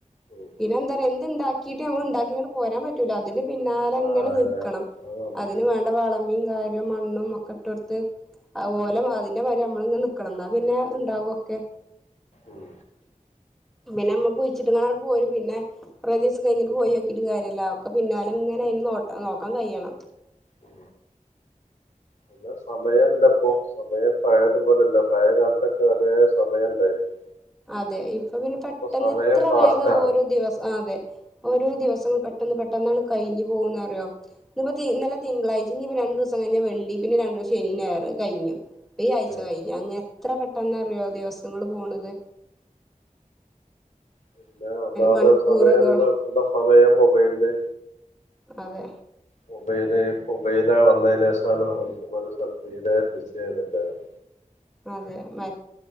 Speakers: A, on the left; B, in the centre.
A: ഉം
B: പിന്നെ എന്താ പറയാ എന്ത് ഉണ്ടാക്കിയിട്ട് നമ്മ ഉണ്ടാക്കിങ്ങെ പോരാൻ പറ്റൂല അതിന്റെ പിന്നാല
A: ആഹ്
B: എങ്ങനെ നിൽക്കണം
A: അല്ല അത് വേണം
B: അതിന്
A: ഉം
B: വേണ്ട വളമും കാര്യവും മണ്ണും ഒക്കെ ഇട്ട എടുത്ത് അപോലെ
A: ഉം
B: അതിന്റെ മാര് നമ്മള ഇങ്ങെ നിക്കണം എന്നാ പിന്നെ ഉണ്ടാകൊക്കെ
A: ഉം
B: പിന്നെ നമ്മുക്ക് കുഴിച്ചിട്ടങ്ങ രും പിന്നെ കുറച്ച ദിവസം കഴിഞ്ഞട്ട് പോയി നോക്കിട്ട് കാര്യമല്ല ഒക്ക പിന്നാലും ഇങ്ങനെോട്ട നോ ൻകഴിയണം
A: ഉ പിന്ന സമയംല്ല ഇപ്പൊ സമയം പഴയതുപോലെയല്ല പഴയ കാലത്തൊക്കെ ഒര സമയം ഉണ്ടായിപ്പോരുന്നു
B: അതെ ഇപ്പൊ പിന്നെ പെട്ടന്ന്
A: സമയം
B: എത്ര
A: ഫാസ്റ്റാ
B: വേഗ ഓരോ ദിവസം അതെ ഓരോ ദിവസങ്ങൾ പെട്ടെന്ന് പെട്ടെന്നാണ് കഴിഞ്ഞു പോകുന്നറിയോ ഇന്നിപ്പോന്നലെ തിങ്കളായി ഇനി രണ്ടു ദിവസം കഴിഞ്ഞ വെള്ളി പിന്നെ രണ്ട ദിവസം ശനി ഞായർ കഴഞ്ഞു ഈ ആ്ച്ച
A: ആഹ് ഏഹ്
B: കഴിഞ്ഞഞ് അങ്ങനെ എത്ര പെട്ടെന്ന അറിയോ ദിവസങ്ങള് പോണത്
A: പിന്നെ ഒന്നാമത്തെ
B: മണിക്കൂറുകൾ
A: സമയംല്ല സമയം മൊബൈല
B: അതെ
A: മൊബൈല് മൊബൈല വന്നതിനന്േഷമാണ്ന <inaudible> യില ബിായത് എല്ലും
B: അതെ ബ